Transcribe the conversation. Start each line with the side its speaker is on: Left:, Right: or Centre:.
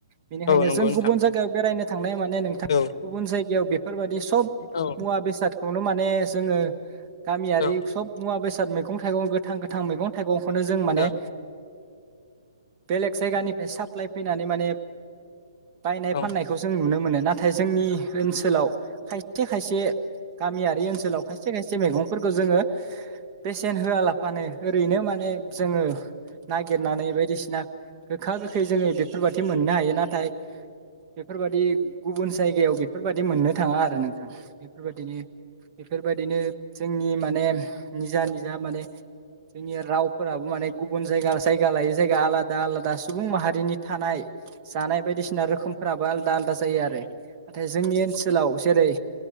Right: बेनिखायनो
Left: औ नंगौ
Right: जों
Left: नोंथां
Right: गुबुन जायगायाव बेरायनो थांनाया माने नोंथां
Left: औ
Right: गुबुन जायगायाव बे फोरबायदि सब
Left: औ
Right: मुवा बेसादखौनो माने जोङो गामियारि
Left: औ
Right: सब मुवा बेसाद मैगं-थाइगं गोथां गोथ थां मैगं-थाइगं खौनो जों माने
Left: औ
Right: बेलेग जायगानिफ्राय साप्लााय फैनानै माने बायनाय
Left: औ
Right: फाननायखौ जों नुनो मोनो नाथाय जोंनि ओनसोलाव खायसे खायसे गामियारि ओनसोलाव खायसे खायसे से मैगंफोरखौ जोङो बेसेन होआलाफानो ओरैनो माने जोङो नागिरनानै बायदिसिना गोखा गोखै जोङो बेफोरबायदि बिदि मोननो हायो नाथाय बेफोरबायदि गुबुन जायगायाव बेफोरबायदि मोननो थाङा आरो नोंथां बेफोरबायदिनो बेफोरबायदिनो जोंनि माने निजा निजा माने जोंनि रावफोराबो माने गुबुन जायगा जायगा लायै जायगा आलादा आलादा सुबुं माहारिनि थानाय जानाय बायदिसिना रोखोमफोराबो आलदा आलदा जायो आरो। नाथाय जोंनि ओनसोलाव जेरै